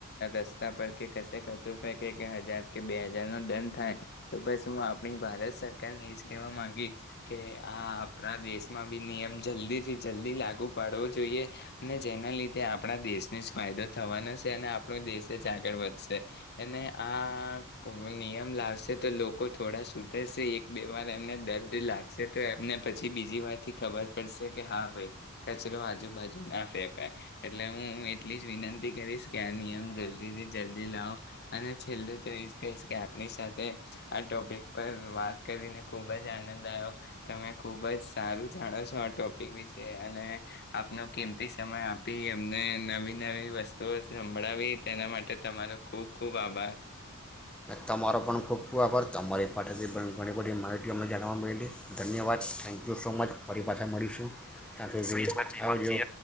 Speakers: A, on the left (about 50°); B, in the centre.
A: રસ્તા પર કે કશે કચરો ફેકે કે હજાર કે બે હજાર નો દંડ થાય તો બસ હું આપણી ભારત સરકારનેહી જ વા ગી કે આ આપણા દેશમાં બી નિયમ જલ્દી થી જલ્દી લાગુ પાડવો જોઈએ અને જેના લીધે આપણા દેશને જ ફાયદો થવાનો છે અને આપણો દેશ જ આગળ વધશે અને આ નિયમ લાવશે તો લોકો થોડા સુધરશે એક બે વાર એને દર્ લાગ તો એમને પછી બીજી વારથી ખબર પડશે કે હા ભાઈ કચરો આજુબાજુ ના ફેંકાય એટલે હું એટલી જ વિનંતી કરીશ કે આ નિયમ જલ્દી થી જલ્દી લાવ અને છેલ્લું તો એ જ કહીશ કે આપની સાથે આ ટોપિક પર વાત કરીને ખૂબ જ આનંદ આવ્યો તમે ખૂબ જ સારું જાણો છો આ ટોપિક વિશે અને આપનો કિંમતી સમય આપી એમને નવી નવી વસ્તુઓ સંભળાવી તેના માટે તમારો ખૂબ ખૂબ આભાર
B: તમારો પણ ખૂબ ખૂબ આભાર તમારી પાસેથી પણ ઘણી બધી માહિતી અમને જાણવા મળેલી ધન્યવાદ થેન્ક યુ સો મચ ફરી પાછા મળીશું ત્યાં જો